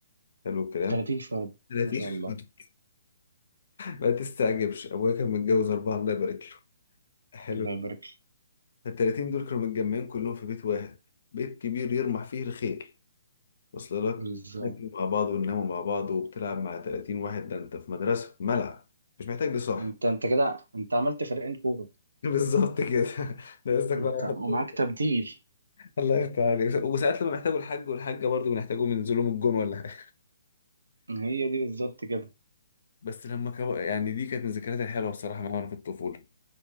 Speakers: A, on the left; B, on the right.
A: حلو الكلام
B: 30 فرد
A: 30
B: ما شاء الله
A: <laughs> ما تستعجبش ابويا كان متجوز اربعه الله يبارك له حلو
B: الله يبارك لك
A: ال 30 دول كانوا متجمعين كلهم في بيت واحد بيت كبير يرمح فيه الخيل وصل لك
B: بالظبط
A: ناكلوا مع بعض ونناموا مع بعض وبتلعب مع 30 واحد ده انت في مدرسة في ملعب مش محتاج لصاحب
B: أنت أنت كده أنت عملت فريقين كورة
A: <laughs> بالظبط كده ده قصدك
B: أنت
A: بقى واحد-
B: ومعاك تبديل
A: الله يفتح عليك وساعات لما بيحتاجوا الحاج والحاجة برضه بنحتاجهم ينزلوا من الجون ولا حاجة
B: هي دي بالظبط كده
A: بس لما كبر يعني دي كانت من الذكريات الحلوة بصراحة معايا وأنا في الطفولة